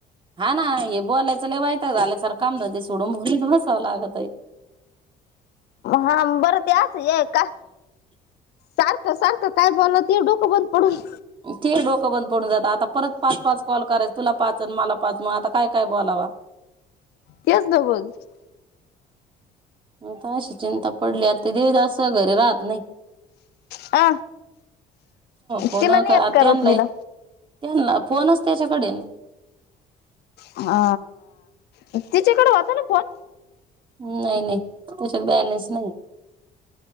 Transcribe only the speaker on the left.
हा बरं ते आस ये का सारख सारख काय बोलाव ती डोकं बंद पडून
तेच ना मग
आ
तिला आत नाहीत करतनीला
अ अ तिच्याकडे होता ना फोन